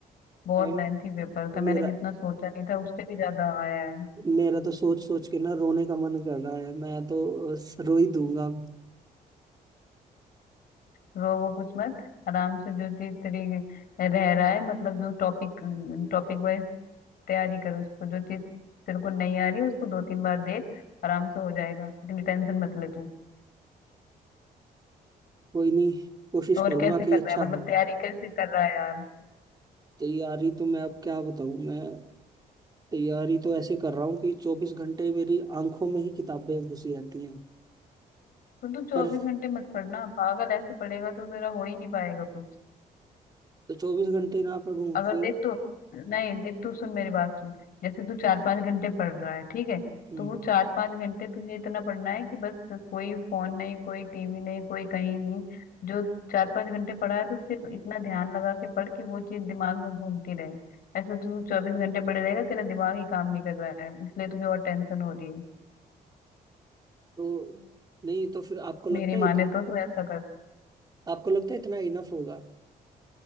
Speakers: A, on the left (about 75°); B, on the right (about 25°).
A: बहुत
B: अभी
A: लेंथी पेपर था मैंने
B: मेरा
A: जितना सोचा नहीं था उससे भी ज्यादा आया है
B: मेरा तो सोच सोच के ना रोने का मन कर रहा है मैं तो अ, रो ही दूंगा अब
A: रो वो कुछ मत आराम से जो चीज तेरी रह रहा है मतलब जो टॉपिक टॉपिक वाइज तैयारी कर उसको जो चीज तेरे को नहीं आ रही उसको दो तीन बार देख आराम से हो जाएगा इतनी टेंशन मत ले तू
B: कोई नहीं कोशिश
A: और
B: करूंगा
A: कैसे कर
B: कि
A: रहा
B: अच्छा
A: है मतलब
B: हो
A: तैयारी कैसे कर रहा है यार
B: तैयारी तो मैं अब क्या बताऊं मैं तैयारी तो ऐसे कर रहा हूँ कि चौबीस घंटे मेरी आंखों में ही किताबें घुसी रहती हैं
A: तो तू चौबीस
B: पर
A: घंटे मत पढ़ना पागल ऐसे पढ़ेगा तो तेरा हो ही नहीं पाएगा कुछ
B: तो चौबीस घंटे ना पढ़ूं
A: अगर
B: फिर
A: देख तू नहीं देख तू सुन मेरी बात सुन जैसे तू चार पांच घंटे पढ़ रहा है ठीक है
B: हम्म
A: तो वो चार पांच घंटे तुझे इतना पढ़ना है कि बस कोई फोन नहीं कोई टीवी नहीं कोई कहीं नहीं जो चार पांच घंटे पढ़ा है तो सिर्फ इतना ध्यान लगा के पढ़ कि वो चीज दिमाग में घूमती रहे ऐसे तो तू चौबीस घंटे पड़े रहेगा तेरा दिमाग ही काम नहीं कर रहा है इसलिए तुझे और टेंशन हो रही है
B: तो नहीं तो फिर आपको लगता
A: मेरी
B: है इतना
A: माने तो तू ऐसा कर
B: आपको लगता है इतना इनफ होगा